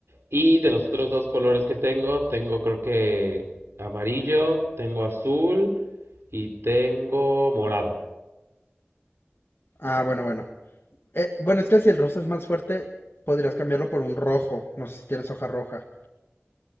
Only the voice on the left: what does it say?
Ah, bueno, bueno. Eh, bueno, es que si el rosa es más fuerte, podrías cambiarlo por un rojo. No sé si tienes hoja roja.